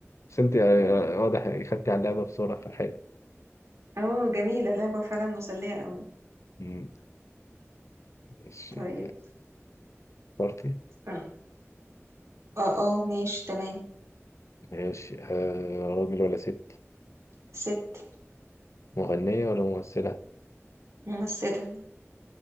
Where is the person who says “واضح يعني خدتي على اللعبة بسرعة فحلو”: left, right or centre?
Left